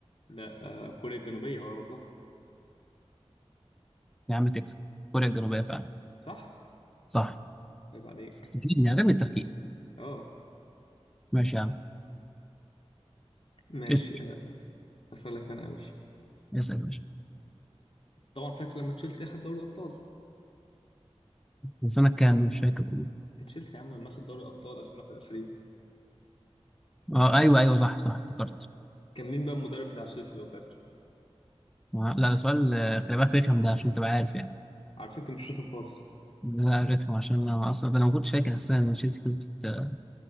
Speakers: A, on the left; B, in the centre.
A: لا آه، كوريا الجنوبيه اقرب لها
B: يا عم تكسب كوريا الجنوبيه فعلا
A: صح
B: صح
A: عيب عليك
B: استفيدني عدم التفكير
A: اه
B: ماشي يا عم
A: ماشي
B: اسال
A: آه، اسالك انا يا باشا
B: اسال يا باشا
A: طبعا فاكر لما تشيلسي اخد دوري ابطال
B: من سنة كام مش فاكر والله.
A: تشيلسي يا عم لما اخد دوري ابطال 2021
B: اه ايوه ايوه صح صح افتكرت
A: كان مين بقى المدرب بتاع تشيلسي لو فاكر
B: ما- لا ده سؤال آه، خلي بالك رخم ده عشان تبقى عارف يعني
A: على فكره مش رخم خالص
B: لا رخم عشان انا اصلا ده انا ما كنتش فاكر اساسا ان تشيلسي كسبت آه،